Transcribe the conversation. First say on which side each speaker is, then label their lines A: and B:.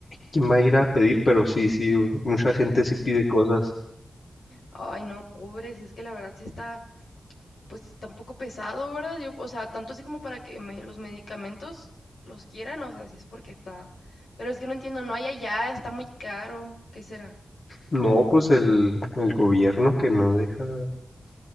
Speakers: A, on the left; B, on the left.
A: ¿quién va a ir a pedir? Pero sí, sí, u- mucha gente sí pide cosas.
B: Ay, no, pobres, es que la verdad sí está, pues sí está un poco pesado, ¿verdad? Yo, o sea, tanto así como para que me, los medicamentos los quieran, o sea, sí es porque está... Pero es que no entiendo, no hay allá, está muy caro, ¿qué será?
A: No, pues el, el gobierno que no deja,